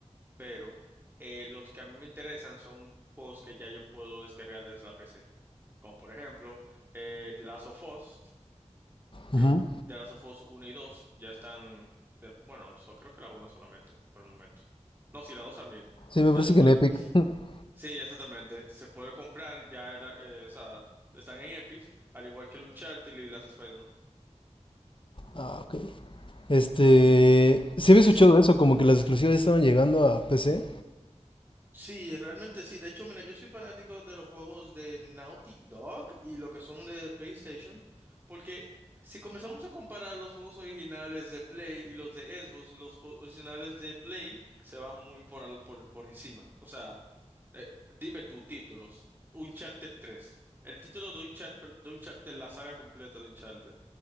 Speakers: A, on the right; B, on the left.
A: pero eh, los que a mí me interesan son juegos que ya yo puedo descargar desde la PC. Como por ejemplo, eh, The Last of Us. Creo
B: Ujú.
A: The Last of Us 1 y 2 ya están, de- bueno, so- creo que la una solamente por el momento. No, sí, la 2 también.
B: Sí, me
A: Ya
B: parece
A: se
B: que
A: pueden,
B: en Epic. <laughs>
A: sí, exactamente. Se puede comprar, ya, eh, la- eh, o sea, están en Epic, al igual que el Uncharted y las Spider-Man.
B: Ah, ok. Este, sí había escuchado
A: Sí,
B: eso, como que las exclusivas ya estaban llegando a PC.
A: Sí, realmente sí. De hecho, mira, yo soy fanático de los juegos de Naughty Dog y lo que son de PlayStation, porque si comenzamos a comparar los juegos originales de Play y los de Xbox, los jo- originales de Play se van muy por, al- por, por encima. O sea, eh, dime tú, títulos. Uncharted tres. El título de Uncharted, de Uncharted, la saga completa de Uncharted,